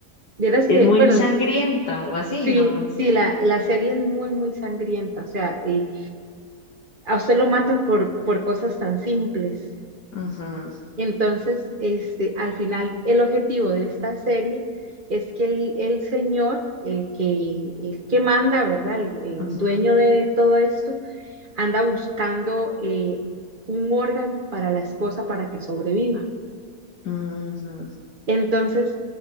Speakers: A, on the right (about 35°); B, on the left (about 85°).
A: Vieras
B: Es
A: que,
B: muy
A: bueno,
B: sangrienta o así,
A: sí,
B: ¿no?
A: sí, la, la serie es muy, muy sangrienta, o sea, eh, a usted lo matan por, por cosas tan simples.
B: Ujú,
A: Entonces, este, al final, el objetivo de esta serie es que el, el señor, el que, el que manda, ¿verdad? El, el
B: ujú,
A: dueño de todo esto, anda buscando eh, un órgano para la esposa para que sobreviva.
B: ujú,
A: Entonces,